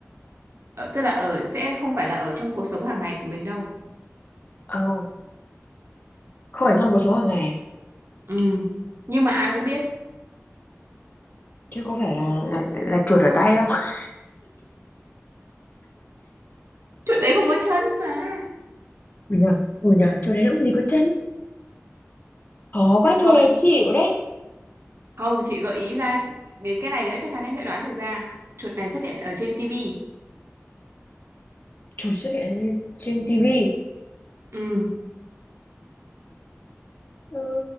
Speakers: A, on the right (about 55°); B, on the left (about 35°).
A: ở tức là ở sẽ không phải là ở trong cuộc sống hàng ngày của mình đâu.
B: Ồ, không phải trong cuộc sống hàng ngày à?
A: Ừ, nhưng mà ai cũng biết
B: chứ có phải là là, là chuột ở tay không? <laughs>
A: chuột đấy không có chân mà.
B: Ừ nhờ, ừ nhờ, chuột đấy nó cũng gì có chân. Khó quá thôi
A: Thôi,
B: em chịu đấy.
A: không chị gợi ý ra đến cái này nữa chắc chắn em sẽ đoán được ra. Chuột này xuất hiện ở trên tivi.
B: Chuột xuất hiện trên trên tivi.
A: Ừ,
B: Ừ,